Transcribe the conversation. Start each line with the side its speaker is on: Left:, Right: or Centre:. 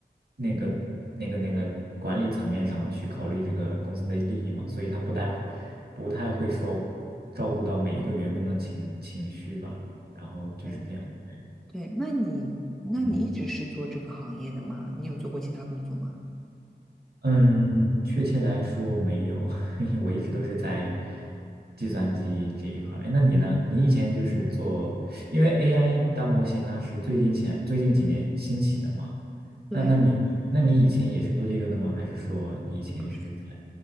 Right: 那个、那个、那个管理层面上去考虑这个公司的利益嘛，所以它不太、不太会说照顾到每一个员工的情情绪吧。然后就是这样，
Centre: 对
Right: 对
Centre: 对，那你那你一直是做这个行业的吗？
Right: 嗯。
Centre: 你有做过其他工作吗？
Right: 嗯，确切来说没有，<laughs> 我一直都是在计算机这一块儿。哎，那你呢？你以前就是做，因为 AI 大模型它是最近前最近几年兴起的嘛。
Centre: 对，
Right: 那那你那你以前也是做这个的吗？还是说你以前是在
Centre: 嗯不是，